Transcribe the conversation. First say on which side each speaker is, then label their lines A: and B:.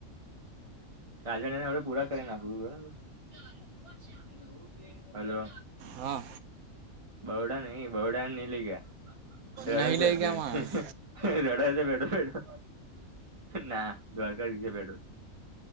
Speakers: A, on the right; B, on the right.
A: રાજા <unintelligible> પૂરા કરી નાખું છું હો હવે. હલો.
B: હા
A: બરોડા નહીં, બરોડા ની લઈ ગયા. રડે
B: નહીં
A: સે
B: લઈ
A: બહેન.
B: ગયા માણસ
A: ર ડે સે બેઠો-બેઠો. ના <unintelligible> નીચે બેઠો છ.